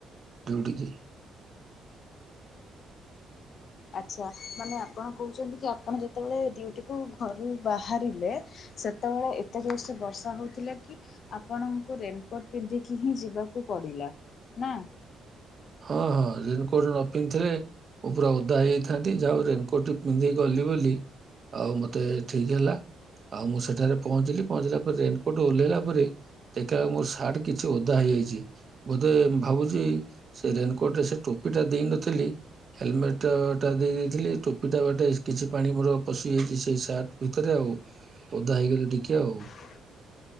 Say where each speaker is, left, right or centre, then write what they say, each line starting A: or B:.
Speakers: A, on the right (about 40°); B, on the left (about 60°).
A: ଦୌଡ଼ିକି।
B: ଆଚ୍ଛା ମାନେ ଆପଣ କହୁଛନ୍ତି କି ଆପଣ ଯେ ଯେତେବେଳେ ଡ୍ୟୁଟି କୁ ଘରୁ ବାହାରିଲେ ସେତେବେଳେ ଏତେ ଜୋରସେ ବର୍ଷା ହଉଥିଲା କି ଆପଣଙ୍କୁ ରେନକୋଟ ପିନ୍ଧିକି ହିଁ ଯିବାକୁ ପଡିଲା ନା।
A: ହଁ ହଁ ରେନକୋଟ ନ ପିନ୍ଧଥିଲେ ମୁଁ ପୁରା ଓଦା ହେଇ ଯାଇଥାନ୍ତି ଯାହା ହଉ ରେନକୋଟ ପିନ୍ଧିକି ଗଲି। ବୋଲି ଆଉ ମତେ ଠିକ ହେଲା। ଆଉ ମୁଁ ସେଠାରେ ପହଞ୍ଚିଲି ପହଞ୍ଚିଲା ପରେ ରେନକୋଟ ଓହ୍ଲେଇଲା ପରେ ଦେଖ ମୋର ସାର୍ଟ କିଛି ଓଦା ହେଇ ହେଇଛି ବୋଧେ ଭାବୁଛି ସେ ରେନକୋଟରେ ସେ ଟୋପି ଟା ଦେଇନଥିଲି ହେଲମେଟ ଟା ଗୋଟେ ଦେଇ ଦେଇଥିଲି ଟୋପି ଟା ବାଟେ କିଛି ପାଣି ମୋର ପଶି ଯାଇଛି ସେଇ ସାର୍ଟ ଭିତରେ ଆଉ। ଓ ଓଦା ହେଇଗଲେ ଟିକେ ଆଉ।
B: ହ